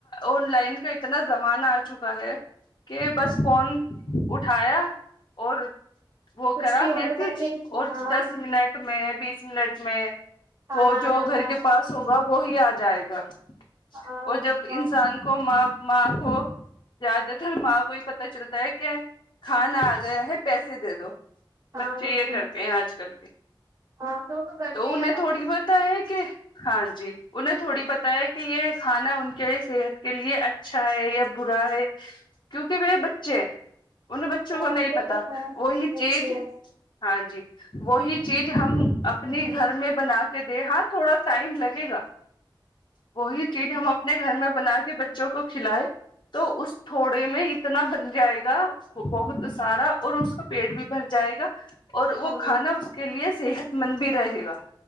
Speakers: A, on the left; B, on the right.
A: آن لائن کا اتنا زمانہ آ چکا ہے کہ بس فون اٹھایا اور وہ
B: کچھ
A: کرا
B: بھی آڈر
A: میسج
B: کر کے
A: اور
B: ہاں
A: دس منٹ میں بیس منٹ میں
B: کھانا
A: وہ جو
B: آ جاتا
A: گھر کے
B: ہے
A: پاس ہوگا وہی آ جائے گا
B: ہاں
A: اور جب انسان کو ماں ماں کو جائدہ تر ماں کو ہی پتا چلتا ہے کے کھانا آ گیا ہے پیسے دے دو
B: ہاں
A: بچے
B: وہ
A: یہ
B: تو
A: کرتے ہیں آج کل کے
B: ہاں وہ کرتے
A: تو انہیں
B: ہیں ہم
A: تھوڑی بہت پتا ہے کہ ہاں جی انہیں تھوڑی پتا ہے کہ یہ کھانا ان کے صحت کے لیے اچھا ہے یا برا ہے کیونکہ وہ بچے ان بچوں
B: ہاں
A: کو نہیں
B: وہ
A: پتا
B: تو ہے
A: وہی چیج
B: اچھا
A: ہاں جی وہی چیز ہم اپنی گھر میں بنا کے دے ہاں تھوڑا ٹائم لگے گا وہی چیز ہم اپنے گھر میں بنا کے بچوں کو کھلائے تو اس تھوڑے میں اتنا بن جائے گا اس کو بہت سارا اور اس کا پیٹ بھی بھر جائے گا اور وہ
B: ہاں
A: کھانا اس کے لیے صحت مند بھی رہے گا